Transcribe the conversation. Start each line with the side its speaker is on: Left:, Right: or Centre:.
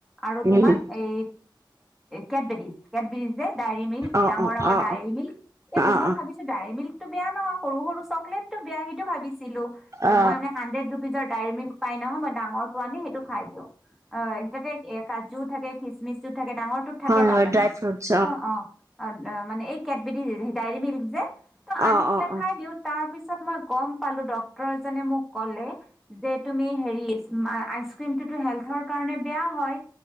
Centre: আৰু
Right: উম
Centre: তোমাৰ এই কেটবেদিজ কেটবিৰিজ যে ডায়ৰী মিল্ক
Right: অ
Centre: ডাঙৰ
Right: অ
Centre: ডাঙৰ
Right: অ অ
Centre: ডায়ৰী মিল্ক এইবোৰ
Right: অ অ
Centre: মই ভাবিছো ডায়েৰ মিল্কতটো বেয়া নহয়। সৰু সৰু চকলেটটো বেয়া। সেইটো ভাবিছিলো
Right: অ
Centre: মই মানে হাড্ৰেড ৰুপিজৰ ডায়ৰী মিল্ক পাই নহয় মই ডাঙৰটো আনি সেইটো খাই দিওঁ অ সেই তাতে এ কাজুও থাকে খিচমিচ ডাঙৰ টোত থাকে
Right: হয়
Centre: তাৰ
Right: হয়
Centre: মানে
Right: ড্ৰাই ফ্ৰুটছ
Centre: অ অ মানে এই কেটবেট ডায়েৰিক মিল্ক যে ত'
Right: অ', অ',
Centre: আনি পেলাই খাই দিও তাৰ পিছত মই গম পালোঁ ডক্তৰ এজনে মোক কলে যে তুমি হেৰী আইচক্ৰীম টো ত হেল্থৰ কাৰণে বেয়া হয়